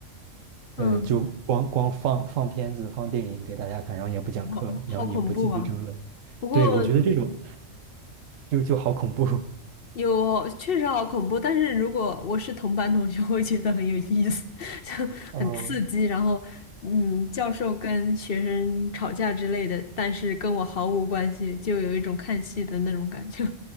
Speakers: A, on the left; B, on the right.
A: 嗯，
B: 呃就光光放放片子放电影给大家看，然后也不讲课了，
A: 好好恐怖啊！
B: 然后也不继续争论。
A: 不过
B: 对，我觉得这种就就好恐怖。
A: 有确实好恐怖，但是如果我是同班同学，我会觉得很有意思，<laughs> 就很刺激。
B: 嗯，
A: 然后，嗯，教授跟学生吵架之类的，但是跟我毫无关系，就有一种看戏的那种感觉，